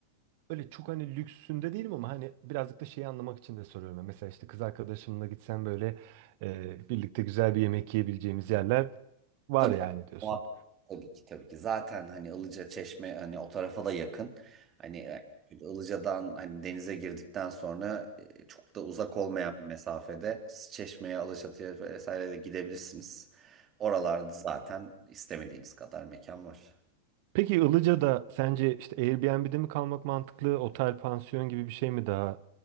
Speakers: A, on the right (about 55°); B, on the right (about 30°).
A: Öyle çok hani lüksünde değilim ama hani birazcık da şeyi anlamak için de soruyorum. Yani Mesela işte kız arkadaşımla gitsem böyle e, birlikte güzel bir yemek yiyebileceğimiz yerler var
B: Tabii
A: yani diyorsun.
B: o- tabii ki tabii ki. Zaten hani Ilıca Çeşme hani o tarafa da yakın. Hani e, Ilıca'dan hani denize girdikten sonra e, çok da uzak olmayan bir mesafede siz Çeşme'ye, Alaçatı'ya vesaire de gidebilirsiniz. Oralarda zaten istemediğiniz kadar mekan var.
A: Peki Ilıca'da sence işte Airbnb'de mi kalmak mantıklı, otel, pansiyon gibi bir şey mi daha